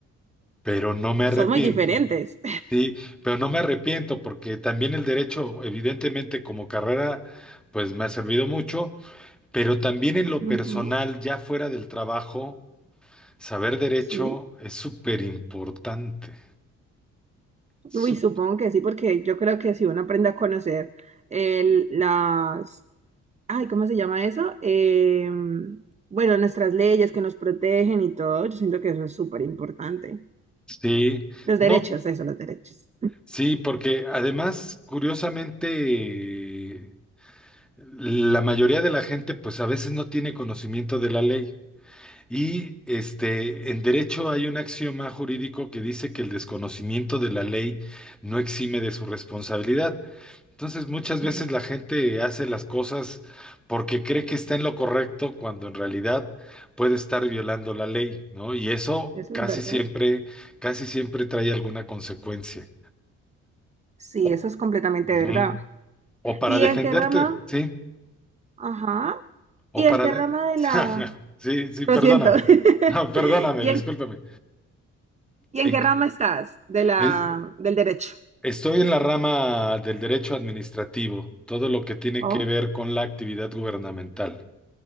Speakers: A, in the centre; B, on the right.
A: Pero no me
B: Son
A: arrepiento.
B: muy diferentes.
A: Sí, pero no me arrepiento porque también el derecho, evidentemente como carrera, pues me ha servido mucho pero también en lo
B: Ujú,
A: personal, ya fuera del trabajo, saber derecho
B: Sí,
A: es súper importante. Sup-
B: Uy, supongo que sí, porque yo creo que si uno aprende a conocer el- las, ay, ¿cómo se llama eso? Em, bueno, nuestras leyes que nos protegen y todo, yo siento que eso es súper importante.
A: Sí,
B: Los
A: no,
B: derechos, eso, los derechos.
A: sí, porque además, curiosamente, la mayoría de la gente, pues a veces no tiene conocimiento de la ley. Y este, en derecho hay un axioma jurídico que dice que el desconocimiento de la ley no exime de su responsabilidad. Entonces, muchas veces
B: <laughs>
A: la gente hace las cosas porque cree que está en lo correcto cuando en realidad puede estar violando la ley, ¿no? Y eso
B: Eso
A: casi
B: es verdad.
A: siempre, casi siempre trae alguna consecuencia.
B: Sí,
A: O,
B: eso es completamente
A: Ujú.
B: verdad.
A: o para
B: ¿Y
A: defenderte,
B: en qué rama?
A: ¿sí?
B: Ajá.
A: O
B: ¿Y en
A: para...
B: qué
A: de-
B: rama de
A: <laughs>
B: la...
A: Sí, sí,
B: Lo
A: perdóname.
B: siento. <laughs>
A: No, perdóname,
B: ¿Y en,
A: discúlpame.
B: y en
A: En-
B: qué rama estás de la,
A: es-
B: del derecho?
A: estoy en la rama del derecho administrativo, todo lo que tiene
B: Oh,
A: que ver con la actividad gubernamental.